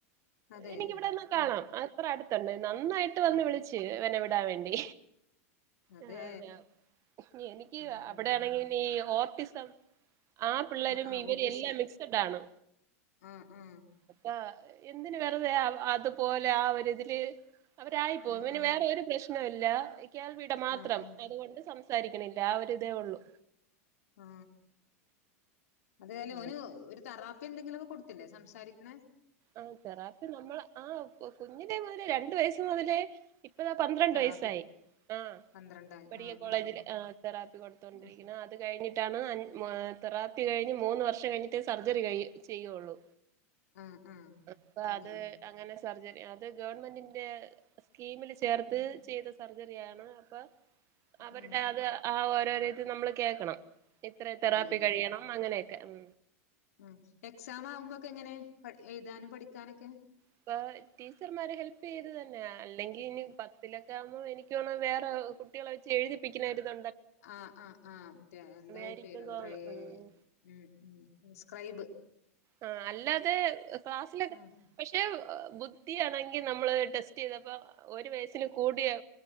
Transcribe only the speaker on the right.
എനിക്കിവിടെന്നാ കാണാം
അത്ര അടുത്ത് തന്നെ നന്നായിട്ട് വന്ന്
വിളിച്ച് വനെവട് വേണ്ടി
ആ അതേയോ എനിക്ക്
അവിടെയാണെങ്കി എന്ത്എയ്യും ഓർട്ടിസം ആ പിള്ളേരും
മിക്തി
എല്ലാം മിക്സ്ഡാണ്
<unintelligible> എന്തിന് വെറുതെ <unintelligible> അത്പോലെ ആ ഒര് ത് ല് അവരായിപ്പോ
വന്
വേറ ഒര് പ്രശ് നൊ ല്ലാ <unintelligible> കേൾവിട മാത്രം
അതു കൊണ്ട് സംസ് സാരിക്ക്ണില്ല ആ ഒരിതേ ഒള്ളൂ
ഉം.
ആ തറാപ്പി ന്നമ്മള ആ കു കുഞ്ഞിലെ മുതലേ രണ്ട് വയസ്സ് മുതലേ ഇപ്പതാ പന്ത്രണ്ട്
വയസ്സായി ആഹ്
മെഡിക്ക
കോളേജില്
ആഹ് തറാപ്പി കൊടുത്തോണ്ടിരിക്കണ്
അത് കഴിഞ്ഞിട് ആയിട്ടാണ് അഞ്ച് തെറാപ്പി കഴിഞ്ഞ് മൂന്ന് വർഷം കഴിഞ്ഞിട്ടെ സർജറി ചെയ്യൊള്ളു
അപ്പോ
അത് അങ്ങനെ സർജറി അത് ഗവൺമെന്റിന്റെ സ്കീമിൽ ചേർത്ത്
ചെയ്ത സർജറിയാണ് അപ്പൊ അവരുടെ
അത് ആ കേറിയത് നമ്മള് കേക്കണം ഇത്ര തെറാപ്പി
കഴിയണം അങ്ങനെ ക്കെ ഉം
അപ്പ ടീച്ചർമാരെ ഹെല്പ് ചെയ്ത് തന്നെയ അല്ലെങ്കി ഇനി പത്തിലൊക്കെ ആകുമ്പോ എനിക്കൊന്ന് വേറെ കുട്ടികളെ വെച്ച് എഴുതിപ്പിക്കണരുതോ
ആയിരിക്കും
തോന്നുന്നു
ഉം
ആഹ് അല്ലാതെ ക്ലാസ്സിലൊക്കെ
പക്ഷെ ബുദ്ധി ആണെങ്കി നമ്മള് ടെസ്റ്റ് ചെയ്തപ്പ ഒരു വയസിന് കൂടിയ